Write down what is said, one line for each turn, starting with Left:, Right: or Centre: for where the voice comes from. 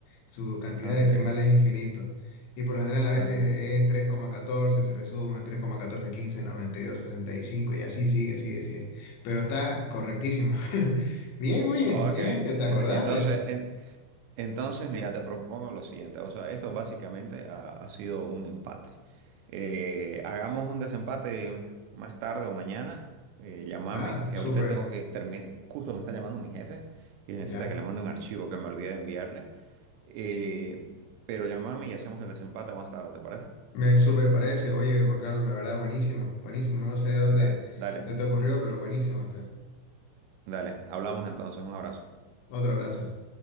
Left: Su cantidad
Right: Ok,
Left: de decimales es infinito. Y por lo general a
Right: ok.
Left: veces es tres coma catorce se resumen, 3,14, 15, 92, 65, y dos, sesenta y cinco, y así sigue, sigue, sigue. Pero está correctísimo. <laughs> Bien, oye,
Right: Ok,
Left: bien,
Right: en-
Left: ¿te, te acordaste?
Right: entonces, en- Entonces, mira, te propongo lo siguiente. O sea, esto básicamente ha, ha sido un empate. Eh, hagamos un desempate más tarde o mañana. Eh, llámame.
Left: Ah, súper,
Right: Eh, Ahorita tengo que terminar. Justo me está llamando mi jefe, que necesita
Left: ya.
Right: que le mande un archivo que me olvidé de enviarle. Eh, pero llámame y hacemos el desempate más tarde, ¿te parece?
Left: Me súper parece. Oye, Juan Carlos, la verdad, buenísimo, buenísimo. No sé de dónde
Right: Da- dale,
Left: se te ocurrió, pero buenísimo esto.
Right: dale. Hablamos entonces. Un abrazo.
Left: Otro abrazo.